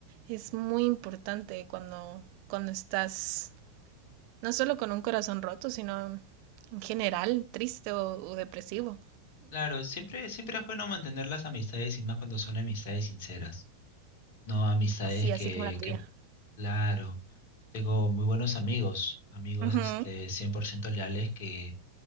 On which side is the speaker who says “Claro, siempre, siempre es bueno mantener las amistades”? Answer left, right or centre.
Left